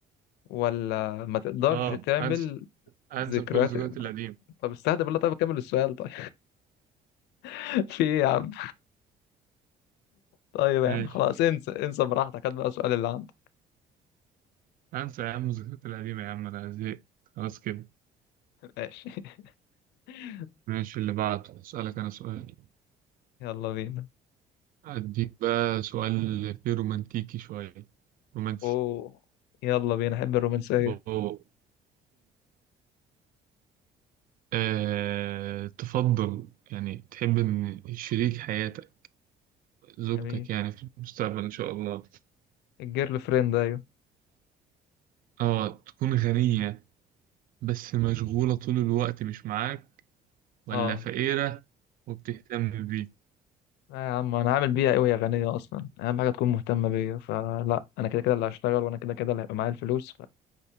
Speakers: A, on the left; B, on the right.
A: ولا ما تقدرش
B: اه
A: تعمل
B: انسى انسى
A: ذكريات
B: كل الذكريات القديمة
A: طب استهدى بالله طيب كمل السؤال طيب <laughs> في إيه يا عم طيب يعني
B: ماشي
A: خلاص انسى انسى براحتك هات بقى السؤال اللي عندك
B: انسى يا عم الذكريات القديمة يا عم انا زهقت خلاص كده
A: ماشي <laughs>
B: ماشي اللي بعده اسألك انا سؤال
A: يلا بينا
B: أديك بقى سؤال فيه رومانتيكي شوية رومانسي
A: اوه يلا بينا احب الرومانسية
B: أوه. أه تفضل يعني تحب إن شريك حياتك زوجتك
A: جميل
B: يعني في المستقبل إن شاء الله
A: الجيرل فريند ايوه
B: آه تكون غنية بس مشغولة طول الوقت مش معاك ولا
A: اه
B: فقيرة وبتهتم بيك
A: لا يا عم انا هعمل بيها ايه وهي غنية اصلا اهم حاجة تكون مهتمة بيا فلا انا كده كده اللي هشتغل وانا كده كده اللي هيبقى معايا الفلوس